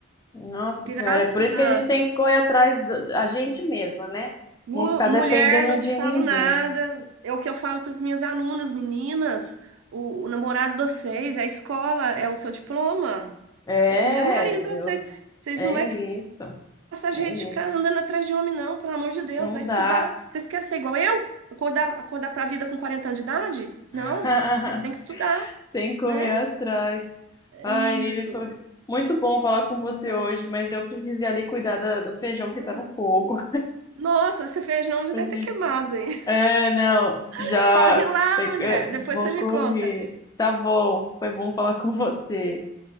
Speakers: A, on the left; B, on the right.
A: Nossa
B: Graças
A: Senhora, é por isso
B: a
A: que a gente
B: Deus.
A: tem que correr atrás da a gente mesma, né?
B: Mu-
A: Não ficar
B: mulher,
A: dependendo
B: não
A: de
B: te falo
A: ninguém.
B: nada. É o que eu falo para as minhas alunas, meninas. O, o namorado de vocês, a escola é o seu diploma,
A: É,
B: é o primeiro marido de
A: eu,
B: vocês. Vocês
A: é
B: não vai
A: isso,
B: essa gente
A: é isso.
B: ficar andando atrás de um homem, não, pelo amor de Deus,
A: Não
B: vai estudar.
A: dá.
B: Vocês querem ser igual eu? Acordar, acordar para a vida com 40 anos de idade?
A: <laughs>
B: Não, vocês têm que estudar,
A: Tem que correr
B: né?
A: atrás.
B: É
A: Ai,
B: Isso.
A: Nívia, foi muito bom falar com você
B: é.
A: hoje, mas eu preciso ir ali cuidar da- do feijão
B: Ah,
A: que tá no fogo.
B: Nossa, esse feijão já
A: <laughs>
B: deve ter queimado, hein?
A: É, não,
B: <laughs>
A: já
B: Corre lá,
A: pega...
B: mulher, depois
A: vou
B: você me
A: correr.
B: conta.
A: Tá bom, foi bom falar <laughs> com você.